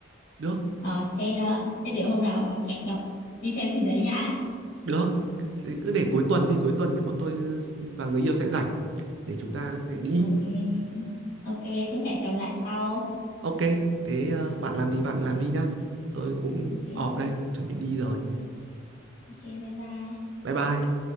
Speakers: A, on the right; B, on the left.
A: được
B: Ờ, thế ờ, thế để hôm nào à, hẹn gặp đi xem phim đấy nha
A: được Thế cứ để cuối tuần đi cuối tuần thì bọn tôi và người yêu sẽ rảnh để chúng ta có thể đi
B: <laughs> ok ok thế hẹn gặp lại sau
A: ok thế ờ, bạn làm thì bạn làm đi nhá tôi cũng
B: ok
A: ọp đây chuẩn bị đi rồi
B: ok bye bye
A: bye bye